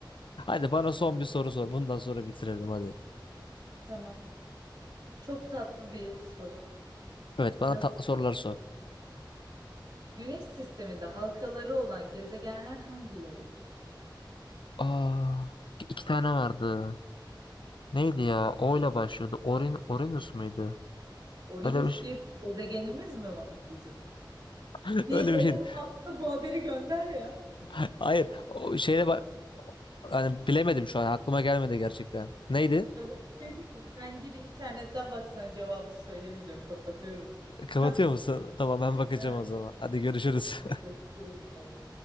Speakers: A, on the left; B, on the right.
A: Hadi bana son bir soru sor. Bundan sonra bitiririm hadi.
B: Tamam. Çok tatlı bir soru.
A: Evet bana
B: Hazır.
A: tatlı sorular sor.
B: Güneş sisteminde halkaları olan gezegenler hangileridir?
A: Aa, iki tane vardı. Neydi ya? O ile başlıyordu. Orin, Orinus muydu?
B: Uranüs
A: Öyle bir şey.
B: diye bir gezegenimiz mi var bizim?
A: <laughs>
B: Bir
A: Öyle
B: Elon
A: bir şeydi.
B: Musk'a bu haberi gönder ya.
A: <laughs> Hayır. O şeyle bak hani bilemedim şu an aklıma gelmedi gerçekten. Neydi?
B: Sana bir şey diyeyim mi? Sen gir internetten baksana cevabı söylemeyeceğim. Kapatıyorum.
A: Kapatıyor
B: <laughs>
A: musun? Tamam ben bakacağım
B: Evet.
A: o zaman. Hadi görüşürüz.
B: Görüşürüz abi.